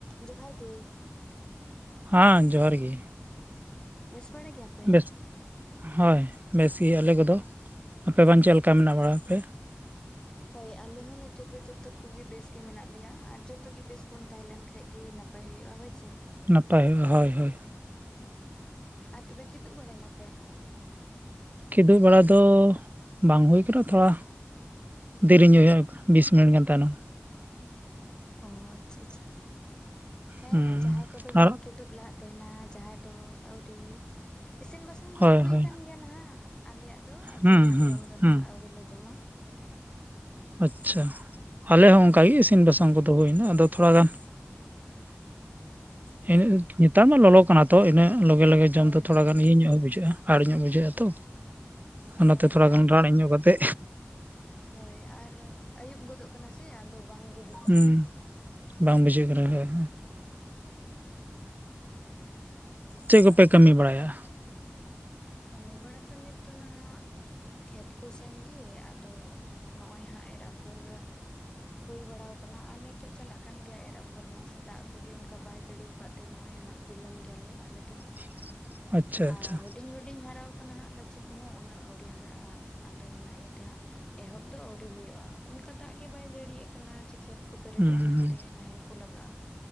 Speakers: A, on the left (about 20°); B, on the right (about 40°).
A: ᱡᱚᱦᱟᱨ ᱜᱮ
B: ᱦᱟᱸ ᱡᱚᱦᱟᱨ ᱜᱮ
A: ᱵᱮᱥ ᱵᱟᱲᱟ ᱜᱮᱭᱟᱯᱮ
B: ᱵᱮᱥ ᱦᱳᱭ ᱵᱮᱥ ᱜᱮᱭᱟ ᱞᱮ ᱜᱚᱰᱚ ᱟᱯᱮ ᱵᱟᱝ ᱪᱮᱫ ᱞᱮᱠᱟ ᱢᱮᱱᱟᱜ ᱵᱟᱲᱟᱯᱮ
A: ᱦᱳᱭ ᱟᱞᱮ ᱦᱚᱸ ᱱᱤᱛᱚᱜ ᱫᱚ ᱡᱚᱛᱚ ᱠᱚ ᱜᱮ ᱵᱮᱥ ᱜᱮ ᱢᱮᱱᱟᱜ ᱞᱮᱭᱟ ᱟᱨ ᱡᱚᱛᱚ ᱜᱮ ᱵᱮᱥ ᱵᱚᱱ ᱛᱟᱦᱮᱸ ᱞᱮᱱ ᱠᱷᱟᱱ ᱜᱮ ᱱᱟᱯᱟᱭ ᱯᱟᱭ ᱦᱩᱭᱩᱜᱼᱟ ᱦᱚᱭ ᱥᱮ
B: ᱱᱟᱯᱟᱭ ᱦᱩᱭᱩᱜᱼᱟ ᱦᱳᱭ ᱦᱳᱭ
A: ᱟᱨ ᱛᱚᱵᱮ ᱠᱤᱫᱩᱵ ᱵᱟᱲᱟᱭᱱᱟᱯᱮ
B: ᱠᱤᱫᱩᱵ ᱵᱟᱲᱟ ᱫᱚ ᱵᱟᱝ ᱦᱩᱭ ᱠᱟᱱᱟ ᱛᱷᱚᱲᱟ ᱫᱮᱨᱤ ᱧᱚᱜᱼᱟ ᱵᱤᱥ ᱢᱤᱱᱤᱴ ᱜᱟᱱ ᱛᱟᱭᱱᱚᱢ
A: ᱚ ᱟᱪᱪᱷᱟ ᱟᱪᱪᱷᱟ ᱦᱮᱸ
B: ᱦᱩᱸ
A: ᱡᱟᱦᱟᱸᱭ ᱠᱚᱫᱚ ᱵᱚᱱ
B: ᱟᱨ
A: ᱠᱤᱫᱩᱵ ᱞᱟᱦᱟᱜ ᱛᱟᱦᱮᱱᱟ ᱡᱟᱦᱟᱸᱭ ᱫᱚ ᱟᱣᱨᱤ, ᱤᱥᱤᱱ ᱵᱟᱥᱟᱝ ᱫᱚ
B: ᱦᱳᱭ
A: ᱦᱟᱸᱜ ᱫᱚ ᱦᱩᱭ
B: ᱦᱳᱭ
A: ᱠᱟᱱ ᱜᱮᱭᱟ ᱴᱷᱤᱠ ᱜᱮᱭᱟ ᱱᱟᱦᱟᱜ ᱟᱞᱮᱭᱟᱜ ᱫᱚ ᱟᱫᱚ
B: ᱦᱩᱸ
A: ᱱᱟᱦᱟᱜ
B: ᱦᱩᱸ
A: ᱡᱚᱢ ᱫᱚ
B: ᱦᱩᱸ
A: ᱱᱟᱦᱟᱜ ᱟᱣᱨᱤᱞᱮ ᱡᱚᱢᱟ᱾
B: ᱟᱪᱪᱷᱟ ᱟᱞᱮ ᱦᱚᱸ ᱚᱱᱠᱟᱜᱮ ᱤᱥᱤᱱ ᱵᱟᱥᱟᱝ ᱠᱚᱫᱚ ᱦᱩᱭᱮ ᱮᱱᱟ, ᱟᱫᱚ ᱛᱷᱚᱲᱟ ᱜᱟᱱ ᱦᱮᱸ ᱮᱱᱛᱮ ᱱᱮᱛᱟᱨ ᱢᱟ ᱞᱚᱞᱚ ᱠᱟᱱᱟ ᱛᱚ᱾ ᱤᱱᱟᱹᱜ ᱞᱟᱜᱮ ᱞᱚᱜᱮ
A: ᱦᱳᱭ
B: ᱡᱚᱢ ᱫᱚ ᱛᱷᱚᱲᱟ
A: ᱦᱳᱭ
B: ᱜᱟᱱ ᱤᱭᱟᱹ ᱧᱚᱜ ᱦᱚᱸ ᱵᱩᱡᱷᱟᱹᱜᱼᱟ ᱟᱲ ᱧᱚᱜ ᱵᱩᱡᱷᱟᱹᱜᱼᱟ ᱛᱚ᱾ ᱚᱱᱟᱛᱮ
A: ᱦᱳᱭ
B: ᱛᱷᱚᱲᱟ ᱜᱟᱱ
A: ᱟᱨ
B: ᱨᱟᱱᱡᱚ ᱧᱚᱜ ᱠᱟᱛᱮ
A: ᱦᱳᱭ ᱟᱨ ᱟᱹᱭᱩᱵ ᱜᱚᱫᱚᱜ ᱠᱟᱱᱟ ᱥᱮ ᱟᱫᱚ ᱵᱟᱝ ᱵᱩᱡ
B: ᱦᱩᱸ ᱵᱟᱝ ᱵᱩᱡᱷᱟᱹᱜ ᱠᱟᱱᱟ ᱦᱳᱭ᱾ ᱪᱮᱫ ᱠᱚᱯᱮ ᱠᱟᱹᱢᱤ ᱵᱟᱲᱟᱭᱟ?
A: ᱠᱟᱹᱢᱤ ᱵᱟᱲᱟ ᱛᱚ ᱱᱤᱛ ᱫᱚ ᱱᱟᱜ ᱠᱷᱮᱛ ᱠᱚ ᱥᱮᱱ ᱜᱮ᱾ ᱟᱫᱚ ᱱᱚᱜᱼᱚᱭ ᱦᱟᱸᱜ ᱮᱨ ᱟᱯᱷᱚᱨ ᱦᱩᱭ ᱵᱟᱲᱟ ᱟᱠᱟᱱᱟ ᱟᱨ ᱱᱤᱛᱚᱜ ᱪᱟᱞᱟᱜ ᱠᱟᱱ ᱜᱮᱭᱟ ᱮᱨ ᱟᱯᱷᱚᱨ ᱦᱚᱸ ᱫᱟᱜ ᱠᱚᱜᱮ ᱚᱱᱠᱟ ᱵᱟᱭ ᱡᱟᱹᱲᱤᱭᱟ ᱟᱠᱟᱫ ᱛᱮ ᱱᱚᱜ ᱚᱭ ᱦᱟᱸᱜ ᱵᱤᱞᱚᱢ ᱜᱮᱭᱟᱞᱮ ᱟᱞᱮ ᱫᱚ᱾
B: <inaudible> ᱟᱪᱪᱷᱟ
A: ᱟ
B: ᱟᱪᱪᱷᱟ
A: ᱦᱩᱰᱤᱧ-ᱦᱩᱰᱤᱧ ᱟᱹᱰᱤᱧ ᱦᱟᱨᱟᱣ ᱟᱠᱟᱱᱟ ᱦᱟᱸᱜ ᱜᱟᱹᱪᱷᱤ ᱠᱚᱦᱚᱸ, ᱩᱱᱟᱹᱜ ᱟᱹᱣᱨᱤ ᱦᱟᱨᱟᱜᱼᱟ᱾ ᱟᱫᱚ ᱚᱱᱟ ᱤᱭᱟᱹᱛᱮ ᱦᱟᱸᱜ ᱮᱦᱚᱵ ᱫᱚ ᱟᱹᱣᱨᱤ ᱦᱩᱭᱩᱜᱼᱟ ᱚᱱᱠᱟ ᱫᱟᱜ ᱜᱮ ᱵᱟᱭ ᱡᱟᱹᱲᱤᱭᱮᱫ ᱠᱟᱱᱟ ᱡᱮ ᱠᱷᱮᱛ ᱠᱚ ᱯᱮᱨᱮᱡᱚᱜᱼᱟ,
B: ᱦᱩᱸ
A: ᱢᱮᱱᱛᱮ
B: ᱦᱩᱸ
A: ᱱᱟᱦᱮᱞ ᱠᱚ ᱞᱟᱜᱟᱜᱼᱟ